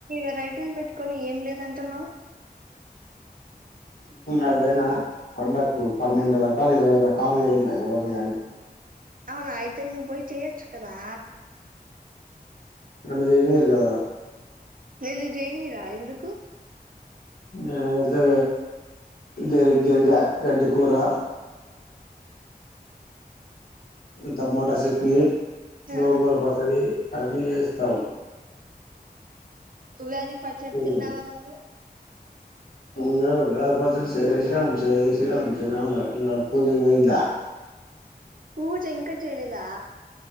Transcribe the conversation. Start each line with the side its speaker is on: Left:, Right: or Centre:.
Right: వెరైటీస్ పెట్ కొని ఏం లేదంటున్నావు
Left: అదేనా పండకు పన్నెండ రకాలు ఇరవై రకాాలలుందా ఎవ మాలి
Right: అవునా అయితే నువ్వు పోయి చెయొచ్చు కదా
Left: నన్ను జైనీరు కదా
Right: నేను జయిన్రా ఎందుకు
Left: ఏతే గరి గరిగా గడ్డి కూరా టమాటా చట్ని
Right: ఆ
Left: గోంగూర పచ్చడి అన్నిీ చేస్తా ఉంటాయి
Right: ఉ వేది పచడి
Left: ఉమ్
Right: తిన్నావా మ
Left: ఉగాది పచ్చడి చేసినాం చేసినాం శ్రీరామనవమి పూజ అయిందా
Right: పూజ ఇంకా చేయలేదా